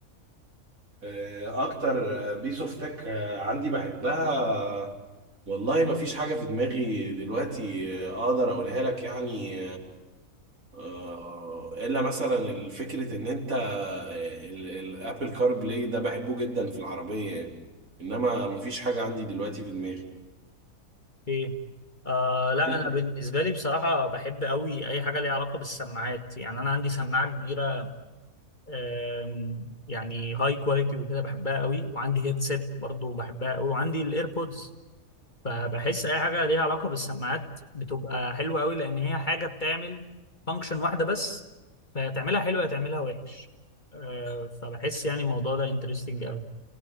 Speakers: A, on the right (about 65°); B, on the left (about 35°).
A: آه، أكتر بيس أوف تك عندي بحبها آه، والله مفيش حاجة في دماغي دلوقتي آه، أقدر أقولها لك يعني آه، إلا مثلا فكرة إن أنت الأبل كار بلاي ده بحبه جدا في العربية يعني إنما مفيش حاجة عندي دلوقتي في دماغي
B: ايه آه لا
A: انت
B: انا بالنسبة لي بصراحة بحب قوي اي حاجة ليها علاقة بالسماعات يعني انا عندي سماعة كبيرة آم، يعني هاي كواليتي وكده بحبها قوي وعندي هيدسيت برضو بحبها قوي وعندي الايربودز فبحس اي حاجة ليها علاقة بالسماعات بتبقى حلوة قوي لان هي حاجة بتعمل فانكشن واحدة بس فتعملها حلوة تعملها وحش آه، فبحس يعني الموضوع ده انترستنج قوي.